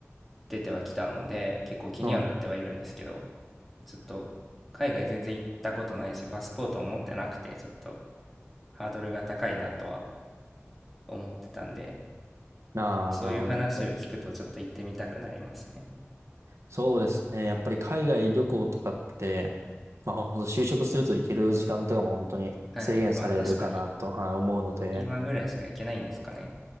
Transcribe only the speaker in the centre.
出てはきたので、結構気にはなってはいるんですけど、
ちょっと海外全然行ったことないし、パスポートを持ってなくて、ちょっとハードルが高いなとは思ってたんで、
そういう話を聞くとちょっと行ってみたくなりますね。
はい。まあ確かに
今ぐらいしか行けないんですかね。